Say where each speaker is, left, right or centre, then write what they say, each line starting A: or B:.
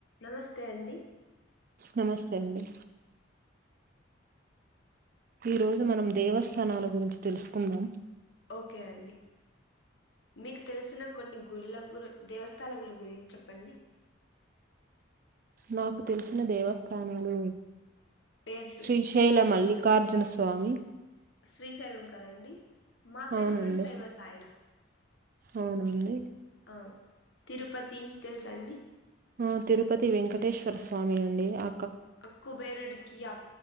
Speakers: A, on the left (about 65°); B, on the right (about 45°).
A: నమస్తే అండి..
B: నమస్తే అండి.. ఈ రోజు మనం దేవస్థానాల గురించి తెలుసుకుందాం.
A: ఓకే అండి మీకు తెలిసిన కొన్ని గుళ్ల గు దేవస్థాలకుల గురించి చెప్పండి.
B: నాకు తెలిసిన దేవస్థానాలు...
A: పేర్లు
B: శ్రీశైల
A: తెలుసా అండి
B: మల్లికార్జున స్వామి,
A: శ్రీశైలం కదండి మా సైడ్
B: అవునండి
A: ఫుల్ ఫేమస్ ఆయన
B: అవునండి
A: ఆ తిరుపతి తెలుసా అండి..
B: ఆ తిరుపతి వెంకటేశ్వర స్వామి అండి ఆ
A: ఆ కుబేరుడి కి